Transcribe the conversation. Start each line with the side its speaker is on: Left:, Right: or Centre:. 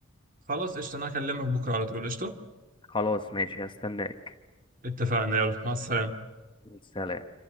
Right: خلاص قشطه انا هكلمك بكره على طول قشطه
Left: خلاص ماشي هستناك
Right: اتفقنا يلا مع السلامه
Left: سلام